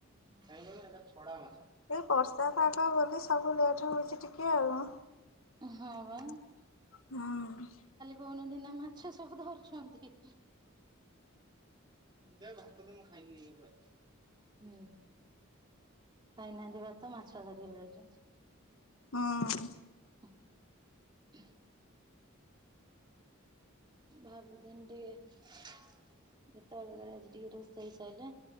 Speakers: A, on the right (about 20°); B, on the left (about 80°).
A: କାଇଁ କହିଲୁ ଏଟା ଛଡା ମାଛ।
B: ଏଇ ବର୍ଷା ପାଗ ବୋଲି ସବୁ ଲେଟ୍ ହଉଛି ଟିକେ କେ ଆଉ
A: ହଁ ବା
B: ହୁଁ।
A: କଣ ଦିନା ମାଛ ସବୁ ଧରୁଛନ୍ତି। ଦେ ଭାତ ଦେ ମୁଁ ଖାଇମି <unintelligible> ଖାଇନାହାନ୍ତି ଭାତ ମାଛ ଧରିବାକୁ ଯାଇଛନ୍ତି।
B: ହଁ।
A: <inaudible> ଭାବୁଥିଲିନ ଟିକେ ଏତବେଳଯାଏ ଟିକେ ରୋଷେଇ ସଇଲା।